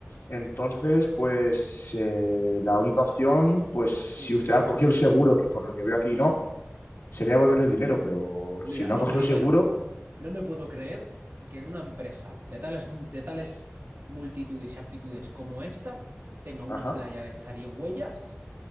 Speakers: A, on the left; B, on the right.
A: Entonces, pues eh, la única opción, pues si
B: sí,
A: usted ha cogido el seguro, que por lo que veo aquí no, sería volver el dinero,
B: mm.
A: pero
B: mira,
A: si no
B: lo
A: ha cogido
B: primero,
A: el seguro,
B: no me puedo creer que en una empresa de tales, mu- de tales multitudes y aptitudes como esta tenga una
A: ajá,
B: playa de zarigüeyas.